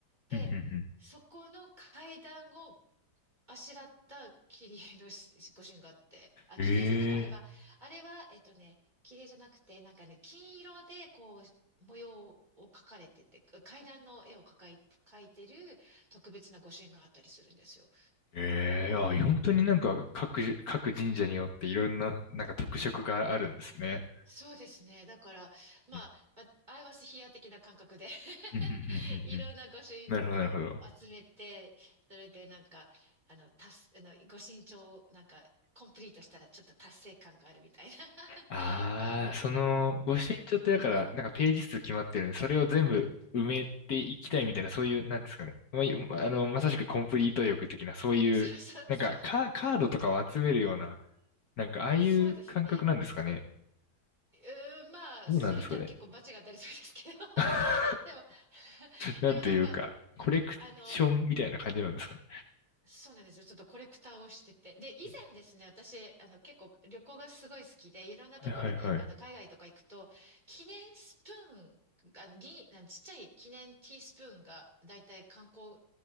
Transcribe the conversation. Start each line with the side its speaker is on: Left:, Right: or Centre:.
Right: で、
Left: うんうんうん
Right: そこの階段をあしらった切り絵のしご朱印があって、あ、
Left: え
Right: 切り絵じゃないか、あれは、あれは、えっとね、切り絵じゃなくて、なんかね、金色で、こう、模様を描かれてて、階段の絵を描かい、描いてる特別なご朱印があったりするんですよ。
Left: ー、えー、あ、本当になんか各、
Right: そう
Left: 各神社によっていろんな、なんか特色があるんですね。
Right: そうですね。だから、まあ、
Left: うん
Right: まアイバスヒア的な感覚で <laughs>
Left: うんうんうん
Right: いろんな御朱印を集めて、
Left: うんうんなるほどなるほど。
Right: それでなんか、あの、達す、あの、御朱印帳をなんか、コンプリートしたらちょっと達成感があるみたいな <laughs>
Left: ああ、
Right: 感じで。
Left: その、御朱印帳ってだから、
Right: うん
Left: なんかページ数決まってるんで、それを全部埋めていきたいみたいな、そういう、なんですかね。まあ、よあの、まさしくコンプリート欲的な、そういう、
Right: そうそうそう。
Left: なんかカ、カードとかを集めるような、なんか、ああいう感覚なんですかね。
Right: そうですね。うーん、まあ、
Left: どうなんですかね。
Right: それ言ったら結構バチが当たりそうですけど。<laughs>
Left: <laughs>
Right: でも、<laughs>
Left: なんというか、
Right: でもなんか、
Left: コレクションみたいな感じなんですかね。
Right: あの、そうなんですよ。ちょっとコレクターをしてて。で、
Left: う
Right: 以前ですね、私、あの、結構旅行がすごい好きで、いろんなところに、
Left: んはいはいはい。
Right: あの、海外とか行くと、記念スプーン、あの、銀、あのちっちゃい記念ティースプーンが、だいたい観光、